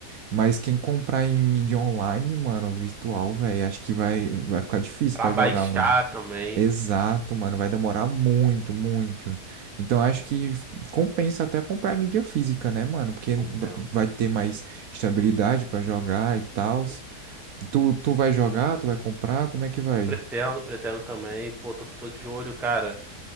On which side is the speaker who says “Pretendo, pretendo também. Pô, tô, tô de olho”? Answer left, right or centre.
Centre